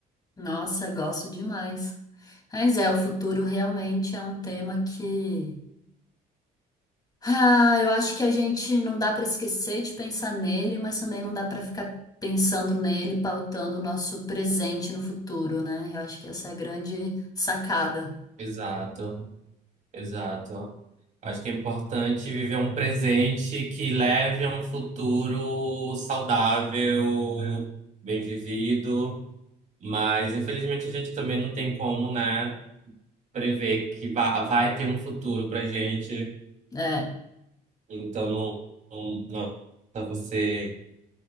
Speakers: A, on the left (about 25°); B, on the right (about 45°).
A: Nossa, gosto demais. Mas é, o futuro realmente é um tema que Ah, eu acho que a gente não dá para esquecer de pensar nele, mas também não dá para ficar pensando nele, pautando o nosso presente no futuro, né? Eu acho que essa é a grande sacada.
B: Exato. Exato. Acho que é importante viver um presente que leve a um futuro saudável, bem vivido, mas infelizmente a gente também não tem como, né, prever que vai, vai ter um futuro pra gente.
A: É,
B: Então não, não, não é você